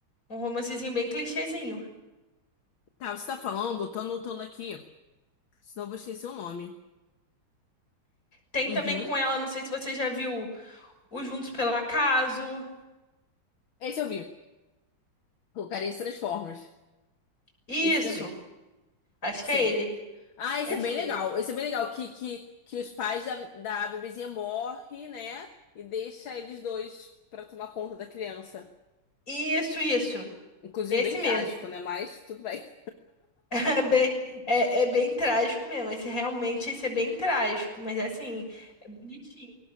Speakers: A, on the left; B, on the left.
A: Um romancezinho bem clichêzinho.
B: Tá, você tá falando, eu tô anotando aqui. Senão eu vou esquecer o nome.
A: Tem
B: Uhum.
A: também com ela, não sei se você já viu. O Juntos pelo Acaso.
B: Esse eu vi. O Carinha de Transformers.
A: Isso.
B: Esse eu já vi.
A: Acho
B: Sei.
A: que é ele.
B: Ah, esse
A: Acho
B: é bem
A: que
B: legal.
A: é ele.
B: Esse é bem legal. Que, que, que os pais da, da bebezinha morrem, né? E deixa eles dois pra tomar conta da criança.
A: Isso, isso.
B: Inclusive,
A: Esse
B: bem
A: mesmo.
B: trágico,
A: <laughs>
B: né? Mas tudo bem.
A: É bem, é, é bem trágico mesmo. Esse realmente esse é bem trágico, mas é assim, é bonitinho.